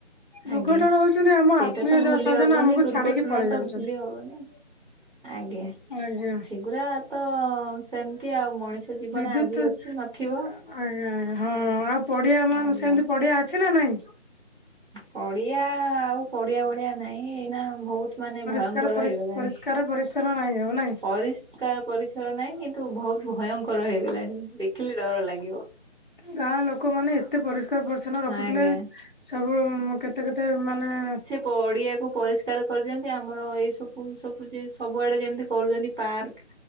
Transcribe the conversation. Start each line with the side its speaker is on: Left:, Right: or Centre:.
Centre: ଆଜ୍ଞା,
Left: ଦୁର୍ଘଟଣା ହଉଛନ୍ତି ଆମ
Centre: ସେଇଟା
Left: ଆତ୍ମୀୟ
Centre: ତ ଭୁଲି
Left: ସଜନ
Centre: ହବନି।
Left: ଆମକୁ
Centre: ଦୁର୍ଘଟଣା
Left: ଛାଡିକି ପଳେଇ
Centre: ତ
Left: ଯାଉଛନ୍ତି
Centre: ଭୁଲି ହବନି। ଆଜ୍ଞା,
Left: ଆଜ୍ଞା।
Centre: ସେଗୁରା ତ-ଅ-ଅ ସେମିତି ଆଉ ମଣିଷ ଜୀବନ
Left: ତୁ
Centre: ଆଜି
Left: ତୁ ଆ
Centre: ଅଛି ନଥିବ।
Left: ଆଜ୍ଞା ଆଜ୍ଞା ହଁ ଆଉ ପଡିଆ ଆମମ୍
Centre: ଆଜ୍ଞା।
Left: ସେମିତି ପଡିଆ ଅଛି ନା ନାଇଁ?
Centre: ପଡିଆ-ଆ-ଆ-ଆ ଆଉ ପଡିଆ ଭଳିଆ ନାହିଁ ଏଇନା ବହୁତ୍ ମାନେ
Left: ପରିଷ୍କାର
Centre: ଭୟଙ୍କର
Left: ପରି
Centre: ହେଇଗଲାଣି
Left: ପରିଷ୍କାର ପରିଚ୍ଛନ୍ନ ନାହିଁ ଆଉ ନାଇଁ
Centre: ପରିଷ୍ କାର ପରିଛର ନାହିଁ କିନ୍ତୁ ବହୁତ ଭୟଙ୍କର ହେଇଗଲାଣି। ଦେଖିଲେ ଡର ଲାଗିବ।
Left: ଗାଁ ଲୋକମାନେ ଏ କେତେ ପରିଷ୍କାର ପରିଚ୍ଛନ୍ନ ରଖୁଥିଲେ।
Centre: ଆଜ୍ଞା।
Left: ସବୁ-ଉ-ଉ-ଉ କେତେ କେତେ ମାନେ-ଏ-ଏ
Centre: ପଡ଼ିଆକୁ ପରିଷ୍କାର କରିଦିଅନ୍ତି। ଆମର ଏଇସବୁ ସବୁ ଯେ ସବୁଆଡ଼େ ଯେମିତି କରୁଚନ୍ତି ପାର୍କ।